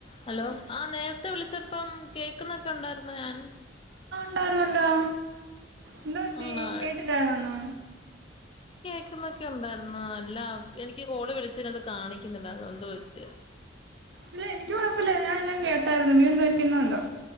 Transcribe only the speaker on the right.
ണ്ടായിരുന്നല്ലോ എന്താ പറ്റി
കേട്ടില്ലായിരുന്നോ
ഇല്ല എനിക്ക് കൊഴപ്പല്ല ഞാൻ എല്ലാം കേട്ടാരുന്നു പിന്നെ എന്തുപറ്റി ന്നോഎന്തോ